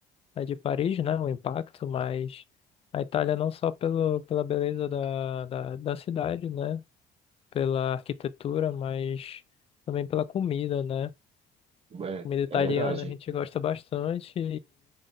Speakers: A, on the left (about 35°); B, on the right (about 35°).
A: a de Paris, né? O impacto, mas a Itália não só pelo, pela beleza da, da, da cidade, né? Pela arquitetura, mas também pela comida, né?
B: É,
A: Comida italiana
B: é verdade,
A: a gente gosta bastante